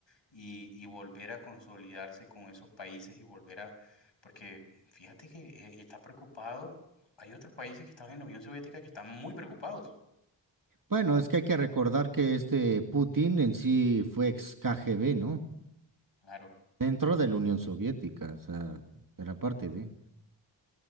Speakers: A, on the left (about 70°); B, on the right (about 45°).
A: y, y volver a consolidarse con esos países y volver a, porque fíjate que eh, está preocupado, hay otros países que estaban en la Unión Soviética que están muy preocupados.
B: Bueno, es que hay que recordar que este Putin en sí fue ex KGB, ¿no?
A: Claro,
B: Dentro de la Unión Soviética, o sea, era parte de.